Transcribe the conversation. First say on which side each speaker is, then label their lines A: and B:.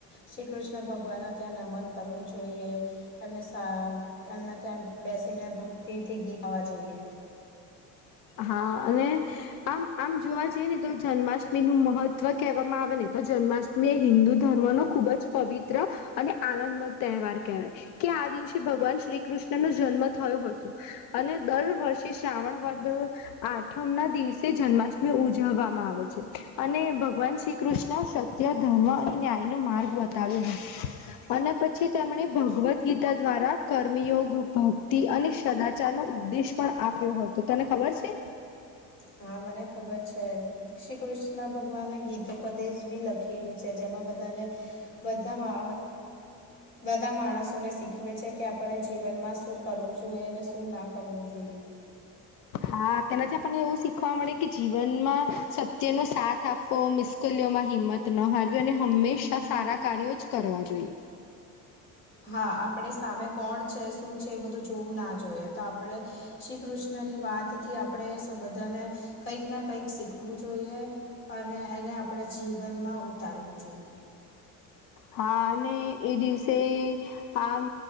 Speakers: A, on the left (about 35°); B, on the left (about 80°).
A: શ્રી કૃષ્ણ ભગવાન ના ત્યાં નમન કરવું જોઈએ એમને એમના ત્યાં બેસીને ભક્તિથી ગીત ગાવા જોઈએ
B: હા અને આમ આમ જોવા જઈએ ને તો જન્માષ્ટમી નું મહત્વ કહેવામાં આવે ને તો જન્માષ્ટમી ને હિન્દુ ધર્મ નો ખુબ જ પવિત્ર અને આનંદમંદ તહેવાર કહેવાય કે આ દિવસે ભગવાન શ્રી કૃષ્ણ નો જન્મ થયો હતો અને દર વર્ષે શ્રાવણ વ તો તો આઠમ ના દિવસે જન્માષ્ટમી ઉજવવામાં આવે છે અને ભગવાન શ્રી કૃષ્ણ ત્યાં ધર્મ અને ન્યાય નો માર્ગ બતાવ્યો હતો. અને પછી તેમણે ભગવદ્ ગીતા દ્વારા કર્મયોગ ભક્તિ અને સદાચાર નો ઉપદ્દેશ પણ આપ્યો હતો તને ખબર છે.
A: હા મને ખબર છે શ્રી કૃષ્ણ ભગવાને ગીતો પદે જ બી લખેલું છે. છે જેમાં બધાને બધા બધા માણસોને શીખવે છે કે આપણે જીવનમાં શું કરવું જોઈએ ને શું ના કરવું જોઈએ.
B: હા તેનાથી આપણને એવું શીખવા મળે કે જીવનમાં સત્યનોો સાથ આપવો મુશ્કલીઓ માં હિંમત ન હારવી અને હંમેશા સારા કાર્યો જ કરવા જોઈએ.
A: હા આપણે સામે કોણ છે શું છે એ બધું જોવું ના જોઈએ તો આપણે શ્રી કૃષ્ણ ની વાત થી આપણેે બધાને કંઈક ના કંઈક શીખવું જોઈએ અને એને આપણા જીવનમાં ઉતારવું જોઈએ.
B: હા અને એ દિવસે આમ